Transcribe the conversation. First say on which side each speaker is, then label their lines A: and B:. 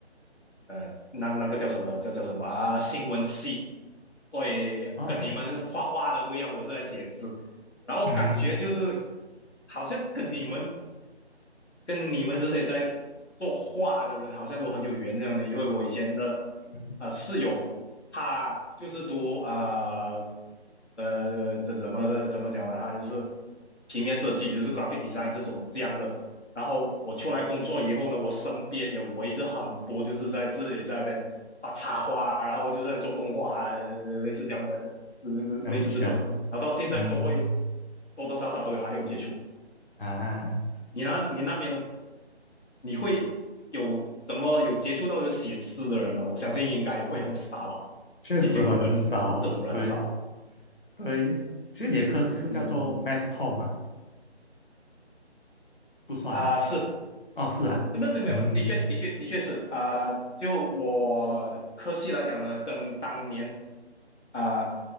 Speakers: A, on the left (about 85°); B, on the left (about 50°).
A: 呃那个那个叫什么叫叫什么啊新闻系。所以跟你们画画的不一样，
B: 哦
A: 我是在写字，然后感觉就是
B: 嗯
A: 好像跟你们跟你们这些在做画的人好像都很有缘那样的，因为我以前的
B: 嗯，
A: 呃室友，他就是读啊呃呃这怎么怎么讲呢？他就是平面设计，就是 graphic design 这种这样的。然后我出来工作以后呢，我身边也围着很多就是在这里在那边画插画，然后就是在做动画，呃类似这样的，呃类似这种。
B: 那么巧。
A: 然后到现在都会
B: 嗯
A: 多多少少都有还有接触。
B: 啊，
A: 你那你那边呢？你会有怎么有接触到有写字的人吗？我相信应该会很少，
B: 确实很少，
A: 毕竟我们这种人很少。
B: 对对，其实你的课就是叫做
A: 嗯
B: mass com 嘛，不算啊，
A: 啊，是
B: 哦是啊，
A: 那没有没有没有，
B: 嗯
A: 的确的确的确是啊、呃就我科系来讲呢，跟当年啊、